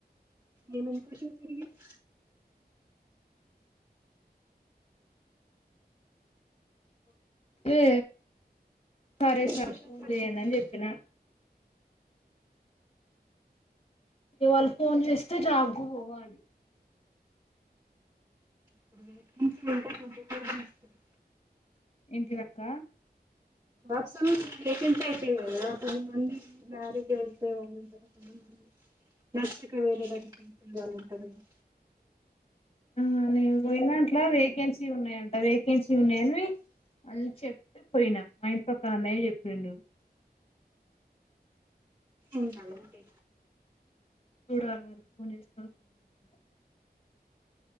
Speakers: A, on the right (about 20°); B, on the left (about 35°).
A: ఏమేం క్వషన్స్ అడిగిర్రు?
B: ఏ సరే
A: ఏమేం
B: సార్.
A: క్వశ్చన్స్
B: ఫోన్
A: అడిగి
B: చేయండి
A: వచ్చారు
B: అని చెప్పిన. ఇగ వాళ్ ఫోన్ చేస్తే జాబ్కు పోవాలి.
A: ఇప్పుడు వేకెన్సీ ఉంటే కంపల్సరీ ఇస్తారు
B: ఏంటిదక్క?
A: వాత్సల్ ఇప్పుడు వేకెంట్ అయిపోయినాయి కదా! కొంత మంది మ్యారేజ్ వెళ్తావుంటరు, కొంతమంది నచ్చక వేరే దగ్గరికి ఎందుకు వెళ్లాలి అని ఉంటదిగా
B: ఆ నే పోయినంట్లా వేకెన్సీ ఉన్నాయంట. వేకెన్సీ ఉన్నాయని, అని చెప్తే పోయినా. మా ఇంటి పక్కన అన్నయ్య చెప్పిండు.
A: ఏంటవో <unintelligible>
B: చూడారి మరి ఫోన్ చేస్తరో, ఫోన్ చేయరో.